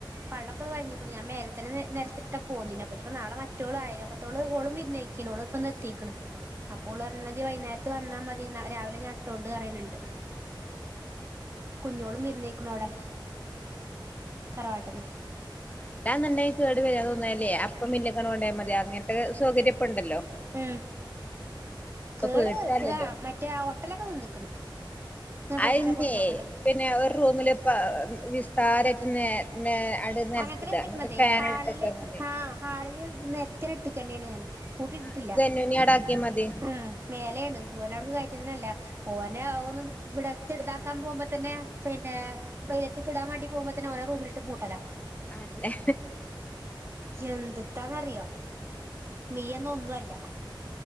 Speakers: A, on the right; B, on the left.
A: വെള്ളൊക്കെന്ന് വലിഞ്ഞുക്കുണു ഞാൻ മേലെത്തന്നെ നെരത്തിട്ടാ പൊന്നീനെ അപ്പൊ നി പ്പോ മറ്റോൾ അയലോക്കത്തോൾ ഓളും വിരുന്ന് പൊയ് ക്യഞ്ഞു ഓൾ പ്പോ ഇന്ന് എത്തീക്ണ് അപ്പൊ
B: ആഹ്
A: ഓൾ പറഞ്ഞു ന്നാ ഇജ്ജ് വൈന്നാരത്ത് വന്നാ മതി രാവിലെ ഞാൻ ഇട്ടോണ്ട് പറണ് ണ്ട് കുഞ്ഞോളും വിരുന്ന് പൊയ്ക്ണ് അവിടെ
B: ആഹ്
A: തറവാട്ട്ന്ന്
B: അല്ലെന്നുണ്ടെങ്കി കേട് വെരാ തോന്നിയാൽ അപ്പൊ മില്ലിക്കണ് കൊണ്ടയാമതി അങ്ങനത്തെ സൗകര്യം ഇപ്പൊ ഉണ്ടല്ലോ
A: ഉം കേട്
B: പേടിച്ചല്ലല്ലോ
A: മറ്റേ ആ ഒട്ടലൊക്കെ നിന്ന് ക്ക്ണ് പൊട്ടിച്ച
B: അയിന്നെ
A: പൊട്ടുണൊക്കെ ഉണ്ട്
B: പിന്നെ ഒരു റൂമിൽ ഇപ്പ വിസ്താരായിട്ട് നേ നേ അട് നെലത്തിട
A: അങ്ങനെതന്ന ഇട്ട്ക്ക്ണതെ
B: എന്നിട്ട് ഫാന്
A: ഹാളിൽ
B: ഇട്ടച്ചാ മതി
A: ഹാ ഹാളിൽ നിരത്തിട്ട് ഇട്ട്ക്കെനെണ് ഞാൻ കൂട്ടിട്ടിട്ടില്ല
B: ആഹ് ജനുവിനെ ആടാക്കിയാ മതി
A: ഉം മേലെയാണ് ഒലെ അവിടുക് കയറ്റന്നെ ഇല്ല ഓനെ അഒന്ന് നി വിടെത്തി ട്താക്കാൻ പോവുമ്പൊത്തന്നെ പിന്നെ വെയിലത്തിക്ക് ഇടാൻ വേണ്ടി പോവുമ്പോ തന്നെ ഓനെ റൂമിൽ ഇട്ട് പൂട്ടലാ
B: അല്ലേ
A: എന്ത്ത്താന്ന് അറിയോ മിയന്നൊന്നുല്ല.